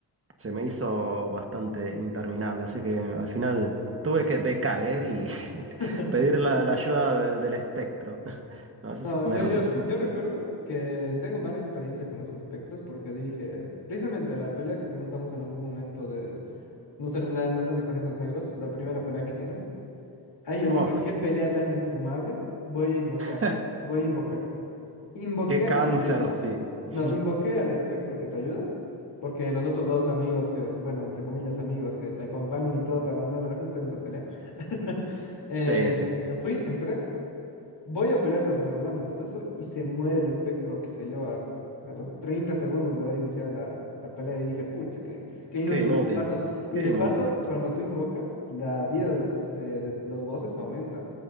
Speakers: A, on the right; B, on the left.
A: se me hizo bastante interminable, así que al final tuve que decaer y <laughs>
B: <laughs>
A: pedir la, la ayuda de- del espectro. <laughs> A veces
B: No,
A: me
B: yo,
A: resultó...
B: yo, yo
A: muy-
B: recuerdo que tengo mala experiencia con los espectros porque dije, precisamente la pelea que comentamos en algún momento de no ser la hermana de conejos negros, la primera pelea que tienes. Ah, yo
A: ¡Oh!
B: dije, qué
A: sí.
B: pelea tan infumable, voy a invocar,
A: <laughs>
B: voy a invocar. Invoqué
A: ¡Qué cáncer!
B: a uno de esos,
A: Sí. <laughs>
B: no, invoqué al espectro que te ayuda, porque los otros dos amigos que, bueno, entre comillas amigos que te acompañan y todo te abandonan justo en esa pelea. <laughs> Eh,
A: Sí, sí, sí.
B: fui, entré. voy a pelear contra el hermano y todo eso, y se muere el espectro, qué sé yo, a, a los 30 segundos de haber iniciado la, la pelea y dije, pucha, qué, qué inútil,
A: Qué inútil.
B: ya la paso. Y
A: Qué
B: de
A: inútil.
B: paso, cuando tú invocas, la vida de los, espe- de los bosses aumenta.